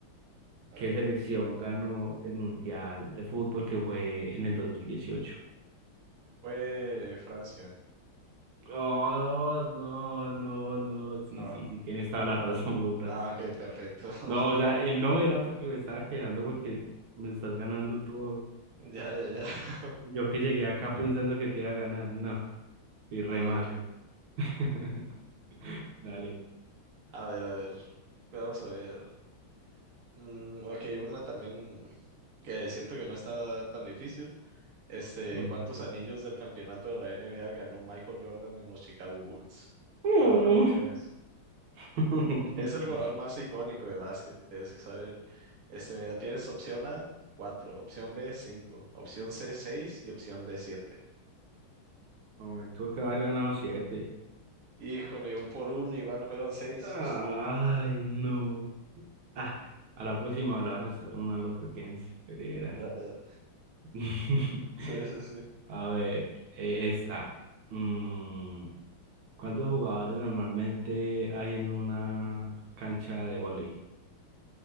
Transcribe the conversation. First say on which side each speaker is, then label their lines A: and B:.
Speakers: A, on the right (about 50°); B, on the right (about 75°).
A: A
B: ¿Qué
A: ver,
B: selección ganó el Mundial de Fútbol que fue en el 2018?
A: fue Francia.
B: Oh, no, no, no, sí,
A: Ah,
B: sí, sí, tienes toda la razón, <laughs> güey, Franza.
A: ah, ok, perfecto. <laughs>
B: No, o sea, él no era porque me estaba quejando porque me estás ganando todo.
A: Ya, ya, ya. <laughs>
B: Yo que llegué acá pensando que te iba a ganar, no, fui re
A: No,
B: mal.
A: viejo.
B: <laughs> Dale.
A: A ver, a ver. Vamos a ver. Mm, ok, una también que siento que no está tan difícil. Este,
B: Mm.
A: ¿cuántos anillos del campeonato de la NBA ganó Michael Jordan en los Chicago Bulls?
B: Mm.
A: Te voy a dar las opciones.
B: <laughs>
A: Es el jugador más icónico de básquet, tienes que saber. Este, mira, tienes opción A, 4, opción B, 5, opción C, 6 y opción D, siete.
B: Hombre, tuvo que haber ganado siete.
A: Híjole, un por uno igual fueron seis.
B: Ay,
A: <laughs>
B: no. Ah, a la próxima le va a restar una a lo que piense, pero verás.
A: Dale, dale.
B: <laughs>
A: Sí, sí, sí.
B: A ver, eh, esta. Mm, ¿cuántos jugadores normalmente hay en una cancha de vóley?